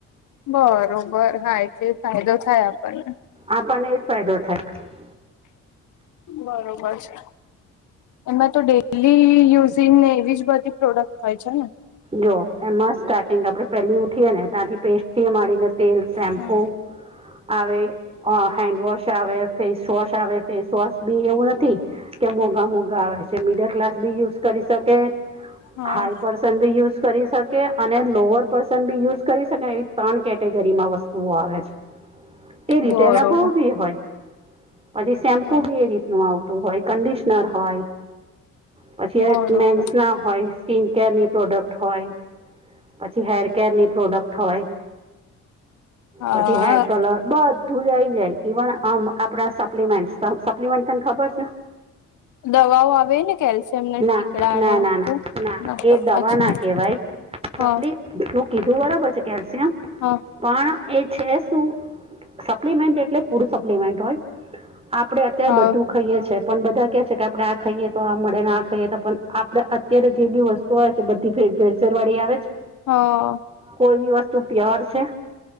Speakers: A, on the left; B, on the right.
A: બરોબર હા એટલે ફાયદો થાય આપણને.
B: આપણને એ જ ફાયદો થાય
A: બરોબર છે એમાં તો ડેલી યુઝ. સિનને એવી જ બધી પ્રોડક્ટ હોય છે ને.
B: જો એમાં સ્ટાર્ટિંગ આપડણે પહેલી ઉઠીએ ને ત્યાંથી. પેસ્ટ થી મારીને તેલ શેમ્પુ
A: હા
B: આવે. હેન્ડ વોશ આવે ફેસ વોશ આવે ફેસ વોશ બી એવું નથી. કે મોઘા મોઘા આવે છે મિડલ ક્લાસ બી યુઝ કરી શકે
A: હા
B: હાઈપ. પર્સન બી યુઝ કરી શકે અને લોઅર પર્સન બી યુઝ કરી શકાય. ત્રણ કેટેગરી માં વસ્તુઓ આવે છે એ રીતે
A: બરોબર
B: એના ભોવ બી હોય. પછી સેમ્પુ
A: હા
B: બી એ રીતનું આવતું હોય કન્ડિશનર હોય. પછી
A: બરોબર
B: મેન્સ ના હોય સ્કીન કેર ની. પ્રોડક્ટ હોય પછી હેરકેરની પ્રોડક્ટ હોય.
A: હા
B: પછી હેર કલર. બધુંજ આઈ જાય ઇવન આમ આપડા સપ્લિમેન્ટ સપ્લિમેન્ટ તને ખબર છે.
A: દવાઓ આવે ને કેલ્શિયમ ને ટીકડા
B: ના ના
A: ને એવું
B: ના
A: બધું
B: ના ના એ. વા
A: અચ્છા
B: ના કેવાય
A: હા
B: ચપલી તું કીધું બરાબર છે કેલ્શિયમ.
A: હા
B: પણ એ છે શું સપ્લિમેન્ટ એટલે ફૂડ સપ્લિમેન્ટ હોય. આપડે અત્યારે
A: હા
B: બધું. ખાઈએ છે પણ બધા કે છે કે આપડણે આ ખાઈએ તો આ મળે ને આ ખાઈએ તો પણ આપણેે અત્યારે જે બી વસ્તુ. આવે છે બતી ફેરસરવાળડી આવે છે.
A: હા.
B: કોઈ બી વસ્તુ પ્યોર છે.